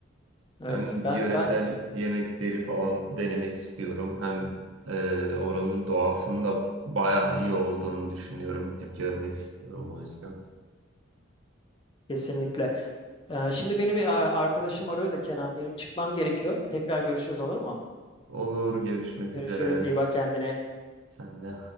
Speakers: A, on the left; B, on the right.
A: Evet
B: Hem yöresel
A: ben ben
B: yemekleri falan denemek istiyorum. Hem e, oranın doğasının da bayağı iyi olduğunu düşünüyorum. Gidip görmek istiyorum o yüzden.
A: kesinlikle. E, şimdi beni bir a- arkadaşım arıyor da Kenan benim çıkmam gerekiyor. Tekrar görüşürüz olur mu?
B: Olur, görüşmek
A: Görüşürüz
B: üzere.
A: iyi bak kendine.
B: Sen de.